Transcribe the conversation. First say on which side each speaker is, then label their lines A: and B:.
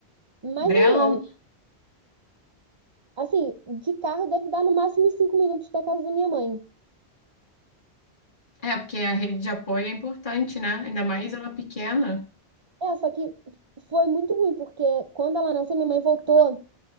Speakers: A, on the right; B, on the left.
A: Mais
B: dela?
A: ou menos.
B: ou-
A: Assim, de carro deve dar no máximo uns 5 minutos da casa da minha mãe.
B: É, porque a rede de apoio é importante, né? Ainda mais ela pequena.
A: É, só que foi muito ruim, porque quando ela nasceu, minha mãe voltou